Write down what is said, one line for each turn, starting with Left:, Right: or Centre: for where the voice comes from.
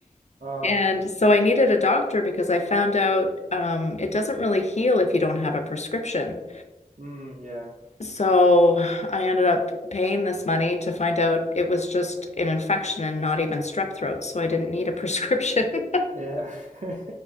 Right: Oh,
Left: And so I needed a doctor because I found out um, it doesn't really heal if you don't have a prescription.
Right: mm, yeah.
Left: So I ended up paying this money to find out it was just an infection and not even strep throat, so I didn't need a <laughs> prescription.
Right: Yeah. <laughs>